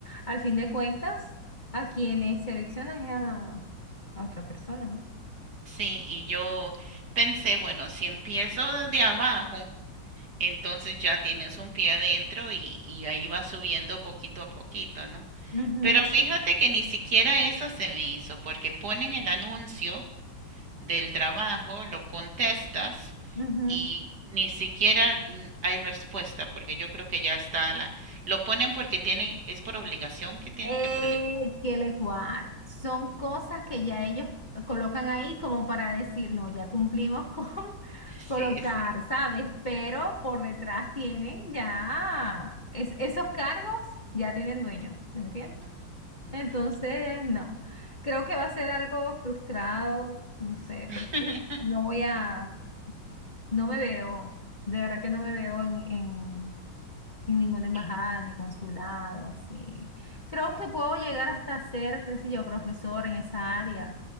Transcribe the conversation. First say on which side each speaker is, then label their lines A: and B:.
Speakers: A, on the left (about 30°); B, on the right (about 55°).
A: al fin de cuentas, a quienes seleccionan es a, a otra persona, no
B: sí, y yo pensé, bueno, si empiezo desde abajo, entonces ya tienes un pie adentro y, y ahí va subiendo poquito a poquito, ¿no?
A: Ujú,
B: Pero fíjate que ni siquiera esa se me hizo, porque ponen el anuncio del trabajo, lo contestas
A: ujú.
B: y ni siquiera mm, hay respuesta, porque yo creo que ya está la... Lo ponen porque tienen, es por obligación que tienen
A: Eh,
B: que publicar.
A: que le cuar. Son cosas
B: Mm,
A: que ya ellos colocan ahí como para decir, no, ya cumplimos con <laughs> colocar,
B: Sí, sí.
A: ¿sabes? Pero por detrás tienen ya, es- esos cargos ya tienen dueño, ¿me entiendes?
B: Mm,
A: Entonces,
B: ujú.
A: no, creo que va a ser algo frustrado, no sé,
B: <laughs>
A: porque no voy a, no me veo, de verdad que no me veo en, en ninguna embajada
B: Y-
A: ni consulado, así. Creo que puedo llegar hasta ser, qué sé yo, profesor en esa área.